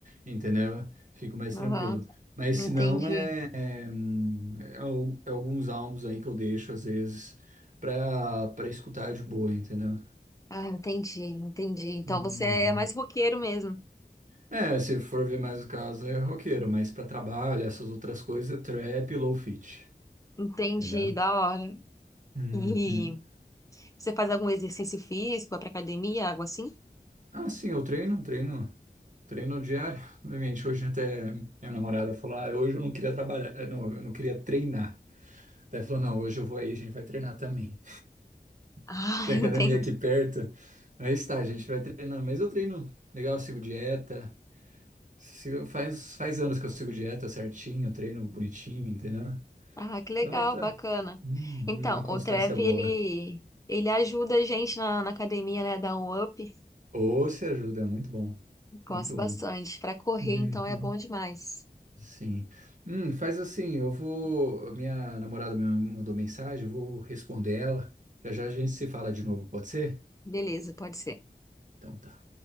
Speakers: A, on the right; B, on the left.
A: entendeu? Fico mais
B: Aham.
A: tranquilo. Mas
B: Entendi.
A: se não, é, hum, é al- é alguns álbuns aí que eu deixo às vezes para para escutar de boa, entendeu?
B: Ah, entendi, entendi. Então
A: Uhum.
B: você é mais roqueiro mesmo.
A: É, se for ver mais o caso, é roqueiro, mas para trabalho, essas outras coisas, é trap e low fit,
B: Entendi,
A: entendeu?
B: da hora.
A: Uhum.
B: E você faz algum exercício físico, vai pra academia, algo assim?
A: Ah, sim, eu treino, treino. Treino diário, obviamente, hoje até minha namorada falou, ah, hoje eu não queria trabalhar, eh, não, eu não queria treinar. Daí falou, não, hoje eu vou aí, a gente vai treinar também.
B: Ah,
A: <laughs> Tem
B: <laughs>
A: academia
B: entendi.
A: aqui perto, aí está, a gente vai treinando. Mas eu treino legal, eu sigo dieta, sigo- faz, faz anos que eu sigo dieta certinho, treino bonitinho, entendeu?
B: Ah, que legal,
A: Então tá
B: bacana.
A: hum,
B: Então,
A: uma constância
B: o Trev,
A: boa.
B: ele, ele ajuda a gente na, na academia, né? Dá um up.
A: Ou se ajuda, é muito bom,
B: Gosto
A: muito bom.
B: bastante. Pra correr,
A: Uhum.
B: então, é bom demais.
A: Sim. Hum, faz assim, eu vou. a Minha namorada me mandou mensagem, eu vou responder ela. Já já a gente se fala de novo, pode ser?
B: Beleza, pode ser.
A: Então tá.